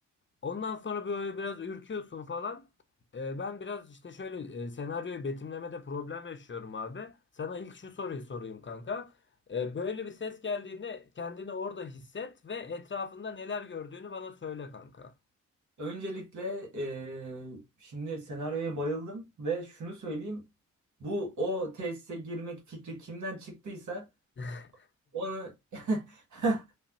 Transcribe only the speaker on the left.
Ondan sonra böyle biraz ürküyorsun falan. Ee, ben biraz işte şöyle e, senaryoyu betimlemede problem yaşıyorum abi. Sana ilk şu soruyu sorayım kanka. Ee, böyle bir ses geldiğinde kendini orada hisset ve etrafında neler gördüğünü bana söyle kanka.
<laughs>